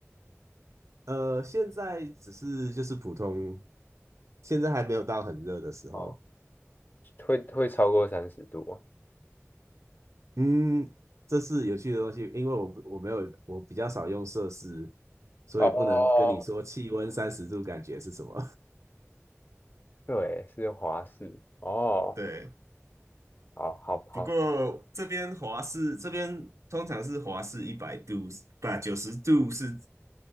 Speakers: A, on the right; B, on the left.
A: <laughs> 呃，现在只是就是普通，现在还没有到很热的时候。
B: 哦会会超过三十度吗？
A: 嗯，这是有趣的东西，因为我不我没有我比较少用摄氏，所以不能跟你说气温三十度感觉是什么。
B: 哦，对，是华氏哦，
A: <laughs> 对，
B: 好好好，
A: 不过这边华氏这边通常是华氏一百度，不九十度是